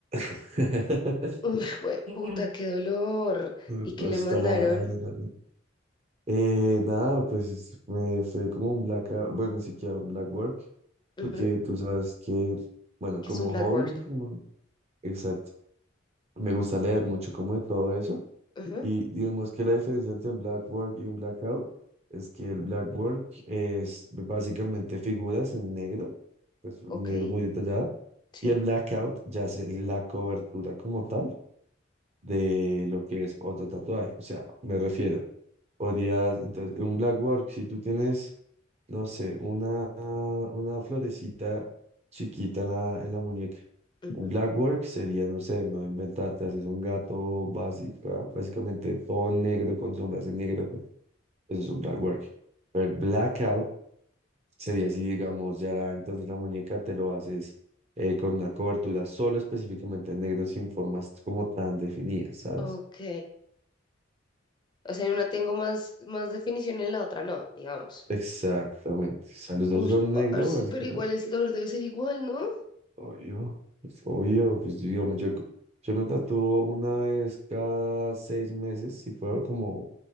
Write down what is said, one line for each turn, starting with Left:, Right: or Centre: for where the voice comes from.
Right: <laughs>
Left: Uy,
Right: Mm.
Left: puta, qué dolor.
Right: No
Left: ¿Y qué
Right: no
Left: le
Right: está
Left: mandaron?
Right: la... la- la- la- Eh, nada, pues es- me fue como un black, bueno, ni siquiera un black work,
Left: Ujú,
Right: porque tú sabes que, bueno,
Left: Que
Right: como
Left: es un blackboard.
Right: hobby, como... Exacto. Me gusta leer mucho como de todo eso.
Left: Ujú,
Right: Y digamos que la diferencia entre un black work y un blackout es que el black work es básicamente figuras en negro, pues un
Left: Ok,
Right: negro muy detallado,
Left: sí.
Right: y el blackout ya es la cobertura como tal de lo que es otro tatuaje. O sea, me refiero, podrías, entonces, un black work, si tú tienes no sé, una, una florecita chiquita en la, en la muñeca.
Left: ujú,
Right: Un blackwork sería, no sé, me voy a inventar, te haces un gato básica, básicamente todo negro con sombras en negro, con- eso es un blackwork. Pero el blackout sería así, digamos, ya la, entonces la muñeca te lo haces eh, con una cobertura solo específicamente en negro sin formas como tan definidas, ¿sabes?
Left: Ok. O sea, en una tengo más, más definición y en la otra no, digamos.
Right: Exactamente. O sea, los dos
Left: Uy,
Right: son
Left: parce,
Right: negro, básicamente.
Left: pero igual el dolor debe ser igual, ¿no?
Right: Obvio, pues, obvio, pues digamos, yo, yo me tatúo una vez cada seis meses, si puedo, como,